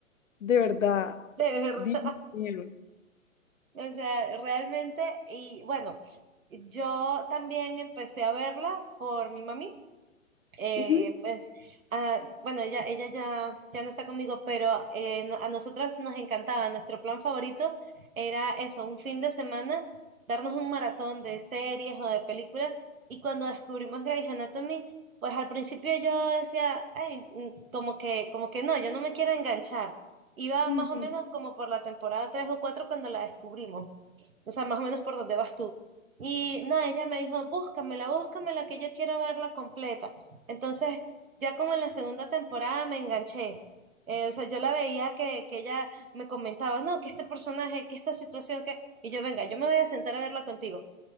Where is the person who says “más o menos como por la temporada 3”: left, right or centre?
Right